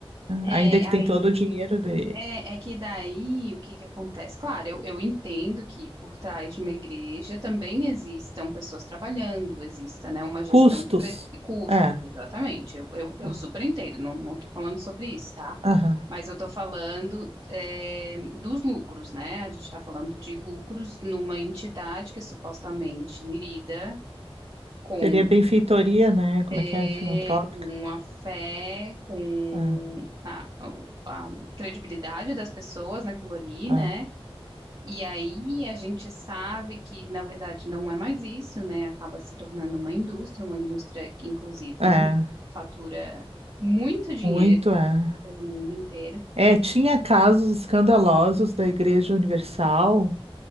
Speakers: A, on the right; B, on the right.
A: É,
B: ainda que
A: aí
B: tem todo o dinheiro de
A: é, é que daí o que que acontece? Claro, eu, eu entendo que por trás de uma igreja também existam pessoas trabalhando, exista, né, uma gestão
B: custos.
A: que pre... custos,
B: É,
A: exatamente. Eu, eu, eu
B: é,
A: super entendo, não, não tô falando sobre isso, tá?
B: aham.
A: Mas eu tô falando é, dos lucros, né? A gente está falando de lucros numa entidade que supostamente lida. com
B: Seria benfeitoria, né? Como
A: é,
B: é que é? Filantrópica?
A: com a fé, com
B: É,
A: a, a credibilidade das pessoas naquilo ali, né?
B: é,
A: E aí a gente sabe que, na verdade, não é mais isso, né? Acaba se tornando uma indústria, uma indústria que, inclusive,
B: é, é,
A: <laughs> fatura muito dinheiro
B: muito, é.
A: pelo mundo inteiro.
B: É, tinha casos escandalosos da Igreja Universal,